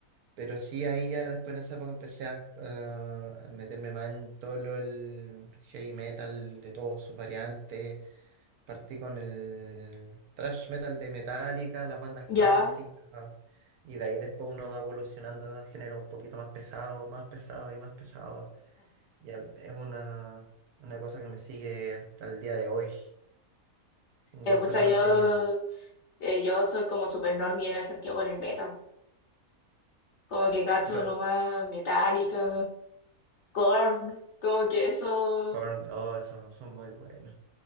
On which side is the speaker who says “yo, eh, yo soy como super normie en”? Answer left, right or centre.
Left